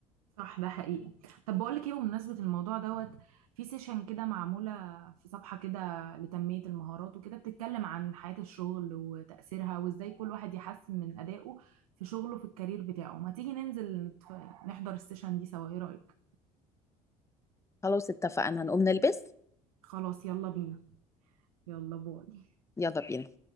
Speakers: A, on the right (about 80°); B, on the left (about 15°).
A: صح ده حقيقة طب بقول لك إيه بمناسبة الموضوع دوت في سيشن كده معمولة في صفحة كده لتنمية المهارات وكده بتتكلم عن حياة الشغل وتأثيرها وإزاي كل واحد يحسن من أدائه في شغله في الكارير بتاعه ما تيجي ننزل نتف- نحضر السيشن دي سوا إيه رأيك؟
B: خلاص اتفقنا هنقوم نلبس
A: خلاص يلا بينا يلا باي
B: يلا بينا